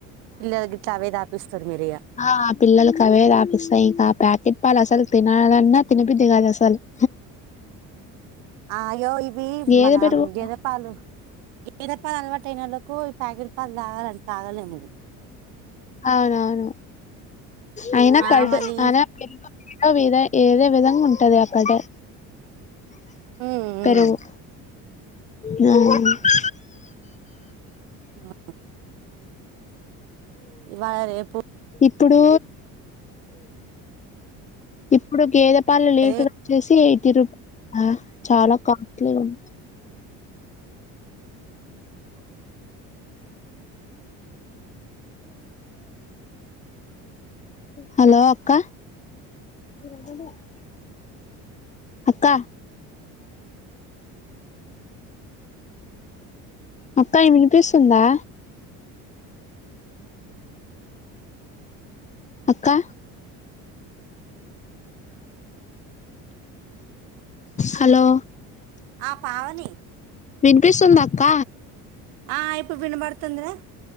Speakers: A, on the right (about 85°); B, on the left (about 20°).
A: పిల్లలకు గిట్లా అవే తాపిస్తరు మీరు ఇగ.
B: ఆ పిల్లలకి అవే తాపిస్తా ఇంకా ఆ ప్యాకెట్ పాలు అసలు తినాలన్నా తినబుద్ది కాదు అసలు. <inaudible>
A: అయ్యో ఇవి
B: గేదె
A: మన
B: పెరుగు
A: గేద పాలు గేదె పాలు అలవాటయినోళ్లకు ఈ ప్యాకెట్ పాలు తాగాలని తాగలేము.
B: అవునవును అయినా
A: ఆ
B: కడు
A: మళ్ళీ
B: అయినా ఏదో విధ ఏదో విధంగా ఉం టది అక్కడ,
A: ఉమ్,
B: పెరుగు
A: ఉమ్.
B: <inaudible>
A: ఆ ఇవ్వాలా, రేపు
B: ఇప్పుడు ఇప్పుడు గేదె పాలు లీటర్
A: అదే
B: వచ్చేసి ఎయిటీ రూ చాలా కాస్ట్లీగా ఉం హలో అక్క <inaudible> అక్క అక్క వినిపిస్తుందా? అక్క హలో
A: ఆ పావని
B: వినిపిస్తుందా అక్క?
A: ఆ ఇప్పు వినబడుతుందిరా.